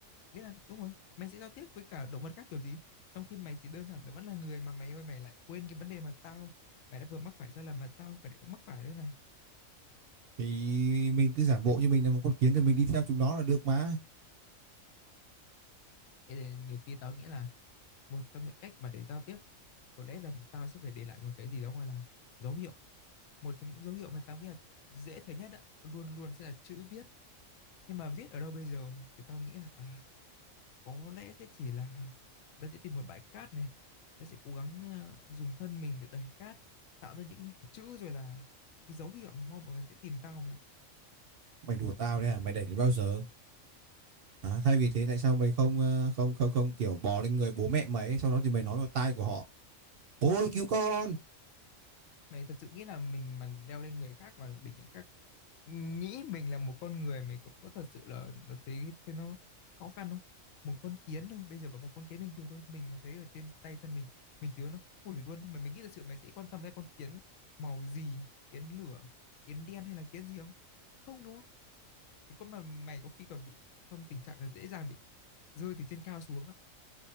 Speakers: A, on the left; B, on the right.
A: ý là đúng rồi mày sẽ giao tiếp với cả động vật khác kiểu gì trong khi mày chỉ đơn giản mày vẫn là người mà mày ơi mày lại quên cái vấn đề mà tao mày đã vừa mắc phải sai lầm mà tao phải lại cũng mắc phải đấy mày
B: thì mình cứ giả bộ như mình là một con kiến thì mình đi theo chúng nó là được mà
A: Thế nên nhiều khi tao nghĩ là một trong những cách mà để giao tiếp có lẽ là tao sẽ phải để lại một cái gì đó gọi là dấu hiệu một trong những dấu hiệu mà tao nghĩ là dễ thấy nhất á, luôn luôn sẽ là chữ viết Nhưng mà viết ở đâu bây giờ thì tao nghĩ là à, có lẽ sẽ chỉ là ta sẽ tìm một bãi cát này, ta sẽ cố gắng ờ, dùng thân mình để đẩy cát, tạo ra những chữ rồi là cái dấu hiệu mà mong mọi người sẽ tìm tao mày ạ.
B: mày đùa tao đấy à mày đẩy đến bao giờ à, thay vì thế tại sao mày không ờ, không không không kiểu bò lên người bố mẹ mày ấy, sau đó thì mày nói vào tai của họ ôi cứu con
A: Mày thật sự nghĩ là mình mà leo lên người khác và đỉnh người khác nghĩ mình là một con người mình cũng có thật sự là, là thấy thế nó khó khăn không? Một con kiến thôi, bây giờ bảo một con kiến bình thường thôi, mình mà thấy ở trên tay chân mình, mình chứa nó phủi luôn. Mà mình nghĩ thật sự mày sẽ quan tâm đến con kiến màu gì, kiến lửa, kiến đen hay là kiến gì không? Không đúng không? Chỉ có mà mày có khi còn bị trong tình trạng là dễ dàng bị rơi từ trên cao xuống á.